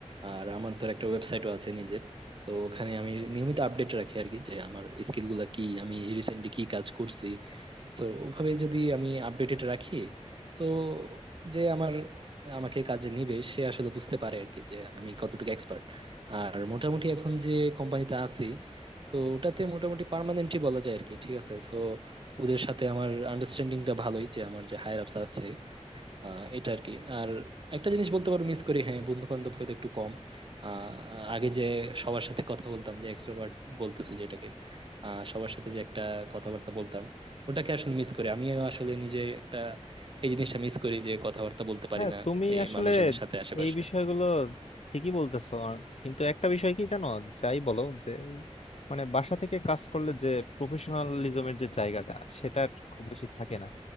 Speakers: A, on the right; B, on the left.
A: আর আমার ধর একটা ওয়েবসাইটও আছে নিজের তো ওখানে আমি নিয়মিত আপডেট রাখি আর কি যে আমার স্কিল গুলা কি আমি রিসেন্টলি কি কাজ করছি তো ওভাবে যদি আমি আপডেটেড রাখি তো যে আমার আমাকে কাজে নিবে সে আসলে বুঝতে পারে আর কি যে আমি কতটুকু এক্সপার্ট আর মোটামুটি এখন যে কোম্পানিতে আছি তো ওটাতে মোটামুটি পার্মানেন্টই বলা যায় আর কি ঠিক আছে তো ওদের সাথে আমার আন্ডারস্ট্যান্ডিংটা ভালোই যে আমার যে হায়ার আপস আছে আহ এটা আর কি আর একটা জিনিস বলতে পারো মিস করি হ্যাঁ বন্ধু বান্ধব হয়তো একটু কম আহ আগে যে সবার সাথে কথা বলতাম যে এক্সট্রোভার্ট বলতেছো যেটাকে আহ সবার সাথে যে একটা কথাবার্তা বলতাম ওটাকে আসলে মিস করি আমিও আসলে নিজে একটা এই জিনিসটা মিস করি যে কথাবার্তা বলতে পারি
B: হ্যাঁ
A: না
B: তুমি
A: এই
B: আসলে
A: মানুষজনের সাথে আশেপাশে
B: এই বিষয়গুলো ঠিকই বলতেছো আর- কিন্তু একটা বিষয় কি জানো যাই বলো যে উম, মানে বাসা থেকে কাজ করলে যে প্রফেশনালিজমের যে জায়গাটা সেটা আর কি খুব বেশি থাকে না